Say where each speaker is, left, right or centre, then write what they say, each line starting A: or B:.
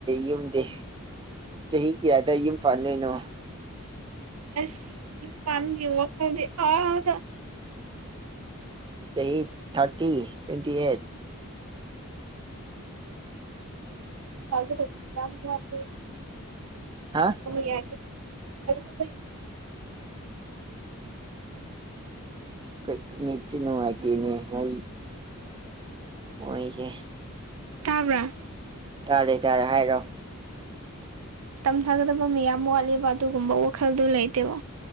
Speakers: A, on the right; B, on the right.
A: ꯌꯨꯝꯗꯤ ꯆꯍꯤ ꯀꯌꯥ ꯗ ꯌꯨꯝ ꯐꯥꯥꯟꯗꯣꯏꯅꯣ
B: ꯑꯁ ꯌꯨꯝ ꯄꯥꯟꯕꯒꯤ ꯋꯥꯈꯂꯣꯟꯗꯤ ꯑꯥꯗ
A: ꯆꯍꯤ ꯑꯩ ꯊꯥꯔꯇꯤ ꯇ꯭ꯋꯦꯟꯇꯤ ꯑꯩꯠ
B: ꯊ ꯌꯥ <unintelligible>
A: ꯍꯥ
B: ꯁ ꯌꯥ <unintelligible> ꯑꯗꯨꯁꯗ꯭ꯔꯦ
A: ꯀꯅꯤꯆ ꯅꯨꯡꯉꯥꯏꯇꯅꯦ ꯃ ꯑꯣꯏꯣꯏꯁꯦ
B: ꯇꯥꯕ꯭ꯔꯥ
A: ꯇꯥꯔꯦ ꯇꯥꯔꯦ ꯍꯥꯏꯔꯣ
B: ꯇꯝꯊꯥꯒꯗꯕ ꯃꯌꯥꯝ ꯋꯥꯠꯂꯤꯕ ꯑꯗꯨꯒꯨꯝꯕ ꯋꯥꯈꯜꯗꯨ ꯂꯩꯇꯦꯕ